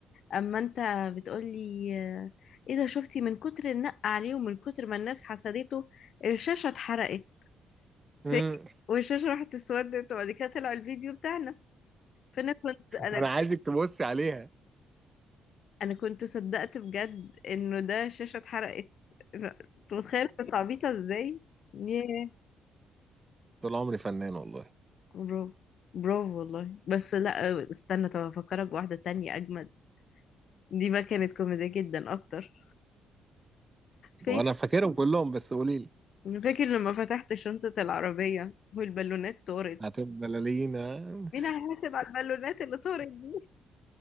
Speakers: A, on the left (about 65°); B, on the right (about 25°).
A: اما انت بتقولي آه، ايه ده شفتي من كتر النق عليه ومن كتر ما الناس حسدته الشاشه اتحرقت
B: امم
A: فاكر والشاشه راحت اسودت وبعد كده طلع الفيديو بتاعنا فانا كنت انا
B: انا عايزك تبصي عليها
A: انا كنت صدقت بجد انه ده شاشة اتحرقت أنا- انت متخيل كنت عبيطة ازاي ياه
B: طول عمري فنان والله
A: برافو برافو والله بس لا استنى طب افكرك بواحدة تانية اجمد دي بقى كانت كوميدية جدا اكتر فاكر
B: وانا فاكرهم كلهم بس قولي لي
A: فاكر لما فتحت شنطة العربية والبالونات طارت
B: هتبقى بلالينا
A: مين هيحاسب على البالونات اللي طارت دي